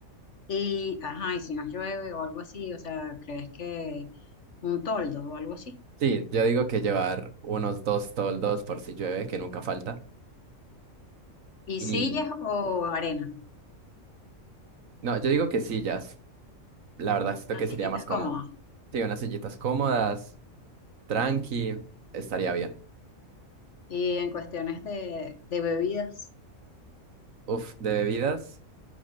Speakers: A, on the left (about 65°); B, on the right (about 85°).
A: Y, ajá, y si nos llueve o algo así, o sea, ¿crees que un toldo o algo así?
B: Sí, yo digo que llevar unos dos toldos por si llueve, que nunca falta.
A: ¿Y
B: Y
A: sillas o arena?
B: no, yo digo que sillas, la verdad esto
A: Unas
B: que sería
A: sillitas
B: más cómodo.
A: cómodas.
B: Sí, unas sillitas cómodas, tranqui, estaría bien.
A: Y en cuestiones de, de bebidas,
B: Uf, de bebidas,